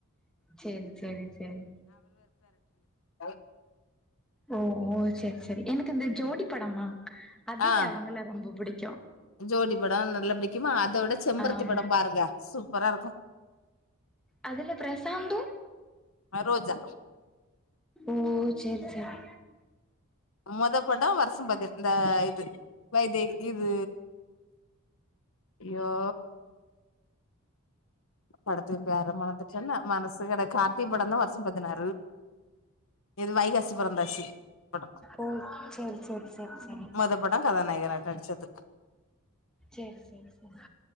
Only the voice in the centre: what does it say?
சேரி சேரி சேரி
ஒ ஒ சேர் சேரி எனக்கு இந்த ஜோடி படம்மா அதுல
அவுங்கள ரொம்ப புடிக்கு
ஆமா
அதுல பிரசாந்து
ஓ சேர் செரி
ஓ சேரி சேரி சேரி சேரி
சேர் சேரி சேரி